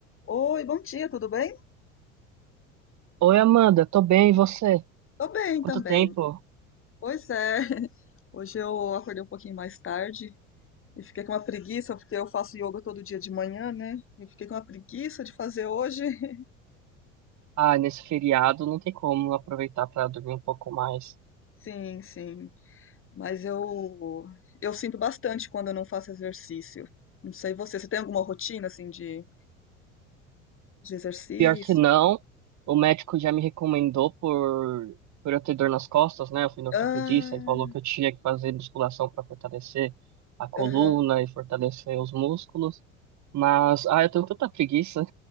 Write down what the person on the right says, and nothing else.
Oi, Amanda, tô bem, e você?
Quanto
tempo?
Ah, nesse feriado não tem como aproveitar pra dormir um pouco mais.
Pior que não, o médico já me recomendou por, por eu ter dor nas costas, né? Eu fui no ortopedista
e falou que eu tinha que fazer musculação pra fortalecer a coluna
e fortalecer os músculos. Mas, ah, eu tenho tanta preguiça.